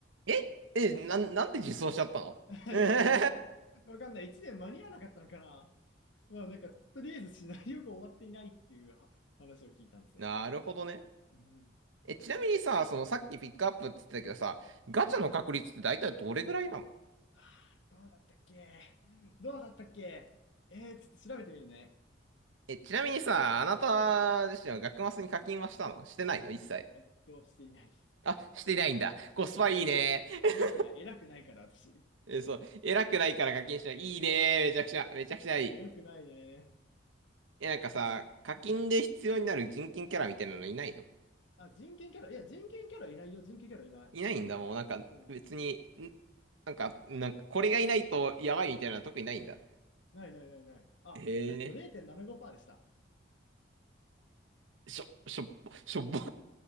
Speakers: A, on the right; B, on the left.
A: ええ、な、なんで実装しちゃったの
B: <laughs>
A: <laughs>
B: わかんない。1年間に合わなかったのかな。まあ、なんか、とりあえずシナリオが終わっていないっていうは話を聞いたんですね。
A: なるほどね。
B: うん。
A: え、ちなみにさ、そのさっきピックアップって言ってたけどさ、
B: うん。
A: ガチャの確率って大体どれぐらいなの
B: うん。はあ、どうだったっけどうだったっけえー、ちょっと調べてみるね。
A: え、ちなみにさ、あなた自身は学マスに課金はしたのしてないの一切。
B: うん。えっと、していない。
A: あ、してないんだ。コスパいいね。
B: そう、え、
A: <laughs>
B: 偉くない、偉くないから私。
A: え、そう。偉くないから課金しない。いいね。めちゃくちゃ、めちゃくちゃいい。
B: よくないね。
A: え、なんかさ、
B: え、つうん。
A: 課金で必要になる人権キャラみたいなのいないの
B: あ、人権キャラ、いや、人権キャラいないよ、人権キャラいない。
A: いないんだ、もうなんか別に、
B: うん。
A: んなんか、なんかこれがいないとやばいみたいなのは特にないんだ。
B: ないないないない。あ、
A: へえ。
B: えっと、0.75%でした。
A: しょ、しょ、しょっぽ、<laughs> しょっぽ、